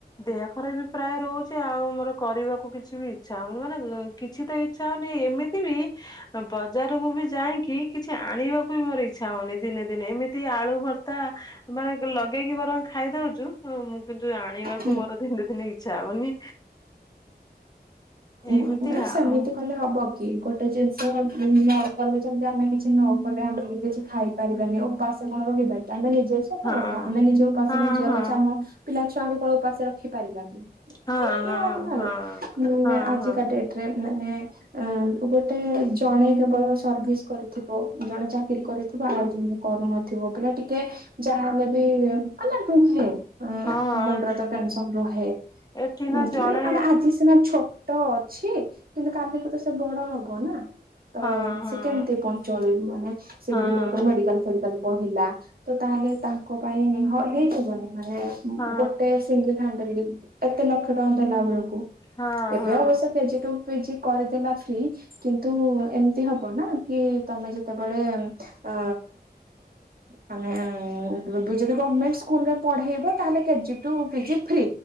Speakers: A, on the left; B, on the right.
A: ଦେହ ଖରା ବି ପ୍ରାୟ ରହୁଚି। ଆଉ ମୋର କରିବାକୁ କିଛି ବି ଇଚ୍ଛା ହଉନି। ମାନେ କିଛି ତ ଇଚ୍ଛା ହଉନି। ଏମିତି ବି ବଜାରକୁ ବି ଯାଇଁକି କିଛି ଆଣିବାକୁ ବି ମୋର ଇଚ୍ଛା ହଉନି ଦିନେ ଦିନେ। ଏମିତି ଆଳୁ ଭର୍ ତା ମାନେ ଲଗେଇକି ବରଂ ଖାଇଦଉଚୁ ମୁଁ କିନ୍ତୁ ଆଣିବାକୁ
B: ହୁଁ
A: ମୋର ଦିନେ ଦିନେ ଇ ଇଚ୍ଛା ହଉନି।
B: ଆ
A: ଏମିତି ଆଉ
B: ସେମିତି କଲେ ହବ କି। ଗୋଟେ ଜିନିଷ ନ କଲେ ଯେମିତି ଆମେ କିଛି ନ କଲେ ଆମେ ବି କିଛି ଖାଇ ପାରିବାନି। ଉପାସ କଣ ରହିବା କି। ଆମେ ନିଜେ ସତ
A: ହଁ
B: କଥା। ଆମେ ନିଜ ଉପାସେ
A: ହଁ
B: ରହିଯିବା
A: ହଁ
B: ପଛେ ଆମ ପିଲା ଛୁଆଙ୍କୁ କଣ ଉପାସ ରଖି ପାରିବା କି।
A: ହଁ
B: ମାନେ ନର୍ମାଲେ।
A: ହଁ
B: <unintelligible>
A: ହଁ ହଁ
B: <unintelligible> ଗୋଟେ ଜଣେ କେବଳ ସର୍ଭିସ କରିଥିବ ଜଣେ ଚାକିରି କରିଥିବ <unintelligible> କରୁନଥିବ, କିନା ଟିକେ ଯାହା ହେଲେ ବି ମାନେ ରୁହେ।
A: ହଁ ହଁ
B: ମୁଣ୍ଡରେ ତ ଟେନସନ ରୁହେ।
A: ଏଠି ନା
B: କି
A: ଜଣେ
B: ମାନେ ଆଜି ସିନା ଛୋ ଟ ଅଛି କିନ୍ତୁ କାଲିକୁ ତ ସେ ବଡ ହବ ନା। ତ
A: ହଁ ହଁ
B: ସେ କେମତି ପଞ୍ଚୁଆଲ୍ ମାନେ ସେ
A: ହଁ
B: ଦିଦି ମନେକର ମେଡିକାଲ ଫେଡିକାଲ ପଢ଼ିଲା, ତ ତାହେଲେ ତାଙ୍କ ପାଇଁ ହ ହେଇଯିବନି ମାନେ
A: ହଁ
B: ଗୋଟେ ସିଙ୍ଗଲ୍ ହ୍ୟାଣ୍ଡଲିଙ୍ଗ। ଏତେ ଲକ୍ଷ ଟଙ୍କା ଦେଲା ବେଳକୁ
A: ହଁ
B: ଏବେ
A: ହଁ
B: ଅବଶ୍ୟ K G to P G କରିଦେଲା ଫ୍ରି। କିନ୍ତୁ ଏମତି ହବ ନା କି ତମେ ଯେତବେଳେ ଆ ମାନେ ଏବେ ଯଦି ଗମେଣ୍ଟ ସ୍କୁଲରେ ପଢେଇବା ତାହେଲେ କେଜି ଟୁ ପିଜି ଫ୍ରି।